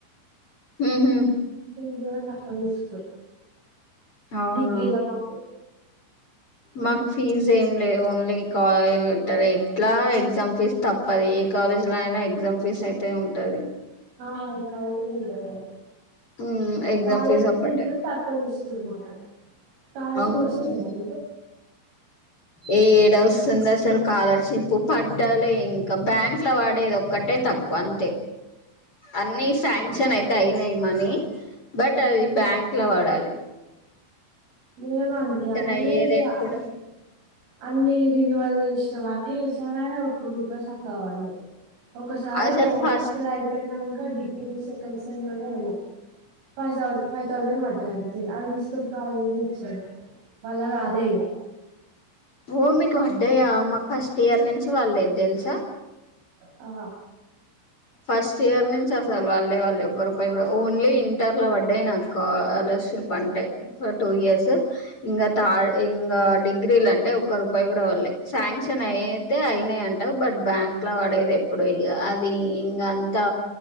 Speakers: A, on the left (about 30°); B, on the right (about 70°).
A: ఉహు
B: పిజీలో తక్కువ తీసుకోరు
A: అవునా
B: డిగ్రీలా మాకు
A: మాకు ఫీజ్ ఏం లేదు ఓన్లీ కా ఎం అంటారు ఎట్లా ఎగ్జామ్ ఫీజ్ తప్పది ఏ కాలే జెల్నైనా ఎగ్జామ్ ఫీజ్ అయితే ఉంటది
B: ఆ ఎ కాలేజ్ల్ ఉంటది
A: ఉమ్ ఎగ్జామ్
B: కాలేజ్
A: ఒక్కటే
B: ఫీజ్ తక్కువ తిస్ కుర్మాక కాలర్షిప్
A: అవును
B: వస్తలేదా నీకు
A: ఏడ వస్తుంది అసలు స్కాలర్షిప్ పడ్డాలి ఇంకా బ్యాంక్ లో పడేది ఒక ఒక్కటే తక్కువ అంతే అన్నిీ శాంక్షన్
B: ఆ!
A: అయితే అయినాయి మనీ బట్ అది బ్యాంక్ ల పడలె
B: మేమంతే అన్నిగ
A: అయ్యేది ఎప్పుడు
B: అన్ని రినివల్ చేసి ఇవన్నీ చేసినగా ఒక్క రూపాయి సక్కగా పల్లె ఒకసారి
A: అసలు ఫస్ట్
B: అయిపోయినంక డిగ్రీ సెకండ్ సెమ్లనో ఏమో ఫైవ్ థౌజ ఫైవ్ థౌజండ్ పడ్డాయ్ అంతే అవ్విసిపెట్టి కాలేజ్పొ మళ్ళ రాలె ఇగ
A: ఓ మీకు పడ్డాయా మాకు ఫస్ట్ ఇయర్ నుంచి వల్లేద్ తెల్సా
B: ఆ
A: ఫస్ట్ ఇయర్ నుంచి అసలు వళ్ళే వళ్ళే ఒక్క రూపాయి కూడా ఓన్లీ ఇంటర్ల పడ్డాయి నాకు కాలర్షిప్ వన్ టై టూ ఇయర్స్ ఇంగా థా ఇంగా డిగ్రీల అంటే ఒక్క రూపాయి కూడా వళ్ళే శాంక్షన్ అయితే అయినాయి అ బట్ బ్యాంక్ల పడేది ఎప్పుడు ఇగా అది ఇంగా అంతా